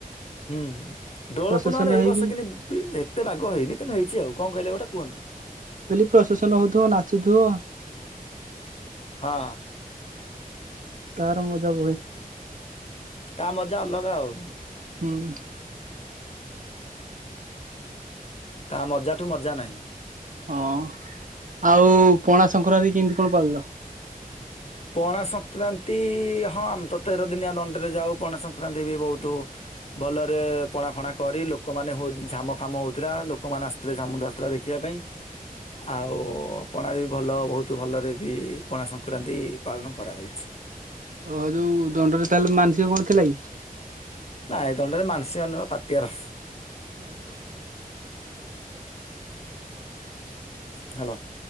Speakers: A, on the left; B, on the right.
A: ହୁଁ ଦୋଳ
B: ପ୍ରସେସନ
A: ପୂ୍ଣ୍ଣିମାରେ ଏଇ
B: ହେଇକି
A: ବର୍ଷ କି ଏତେ ବାଗ ହେଇନି କିନ୍ତୁ ହେଇଛି ଆଉ। କଣ କହିଲେ ଗୋଟେ କୁହନ୍ତୁ?
B: ବୋଲି ପ୍ରଶାସନ ହଉଥିବ ନାଚୁଥିବ
A: ହଁ।
B: ତାର ମଜା ବହେ।
A: ତା ମଜା ଅଲଗା ଆଉ।
B: ହୁଁ
A: ତା ମଜା ଠୁ ମଜା ନାହିଁ।
B: ହଁ ଆଉ ପଣା ସଂକ୍ରରାନ୍ତି କେମିତି କଣ ପାଳିଲ?
A: ପଣା ସଂକ୍ରାନ୍ତି ହଁ ଆମେ ତ ତେର ଦିନିଆ ଦଣ୍ଡରେ ଯାଉ ପଣା ସଂକ୍ରାନ୍ତି ବି ବହୁତ ଭଲରେ ପଣା ଫଣା କରି ଲୋକମାନେ ହୋଇ ଝାମ ଫାମ ହଉଥିଲା ଲୋକମାନେ ଆସିଥିଲେ ଝାମୁ ଯାତ୍ରା ଆସିଥିଲା ଦେଖିବା ପାଇଁ। ଆଉ ପଣା ବି ବି ଭଲ ବହୁତ ଭଲରେ ବି ପଣା ସଂକ୍ରାନ୍ତି ପାଳନ କରାହେଇଛି।
B: ହ ଯୋଉ ଦଣ୍ଡରେ ତାହେଲେ ମାନସିକ କଣ ଥିଲା କି?
A: ନାଇ ଦଣ୍ଡରେ ମାନସିକ ନୁହଁ ପାଟିଆର।
B: ଓହୋ।
A: ହ୍ୟାଲୋ।